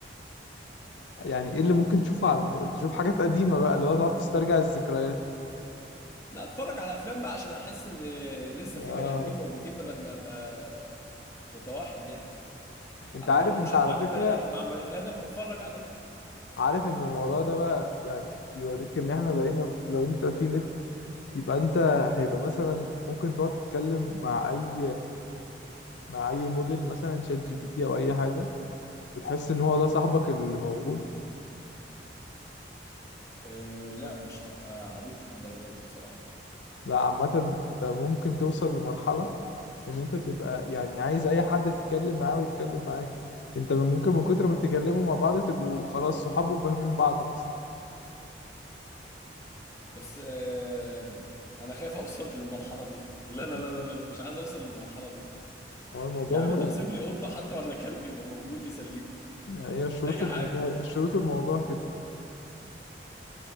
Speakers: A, on the left; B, on the left.
A: يعني ايه اللي ممكن تشوفه على النت تشوف حاجات قديمة بقى اللي هو تقعد تسترجع الذكريات
B: لا اتفرج على افلام بقى عشان احس ان لسه
A: اه
B: في بني ادمين موجودين بدل ما ابقى متوحد يعني
A: انت
B: على
A: عارف
B: الاقل لو
A: انت
B: مش
A: على
B: هتعامل
A: فكرة
B: بني مع بني ادم اتفرج عليه
A: عارف ان الموضوع ده بقى يعني يوريك ان احنا بقينا في- لو انت في نت يبقى انت هيبقى مثلا ممكن تقعد تتكلم مع اي مع اي موديل مثلا شات جي بي تي او اي حاجه وتحس ان هو ده صاحبك اللي موجود
B: أه لا مش هبقى عبيط للدرجه دي بصراحه
A: لا عامه انت ممكن توصل لمرحله ان انت تبقى يعني عايز اي حد تتكلم معاه ويتكلم معاك انت من- ممكن من كتر ما تتكلموا مع بعض تبقوا خلاص صحاب وفاهمين بعض مثلا
B: بس آه، انا خايف اوصل للمرحله دي لا لا
A: مم.
B: لا لا لا مش عايز اوصل للمرحله دي
A: هو الموضوع
B: يا عم
A: مرعب
B: طب سيب لي قطه حتى ولا كلب يبقى موجود يسليني
A: هي شروط
B: اي
A: الموضوع
B: حاجه
A: شروط الموضوع